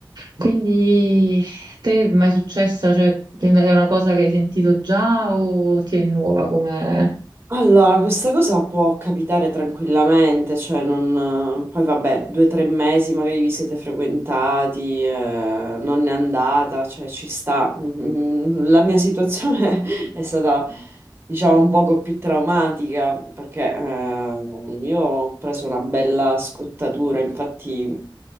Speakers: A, on the right; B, on the right.
A: Quindi, te è mai successa? Cioè, è una cosa che hai sentito già o ti è nuova come...
B: Allora, questa cosa può capitare tranquillamente, cioè non... Poi vabbè, due o tre mesi magari vi siete frequentati, eh, non è andata, cioè ci sta. Mm, La mia situazione <laughs> è stata, diciamo, un poco più traumatica perché eh, io ho preso una bella scottatura, infatti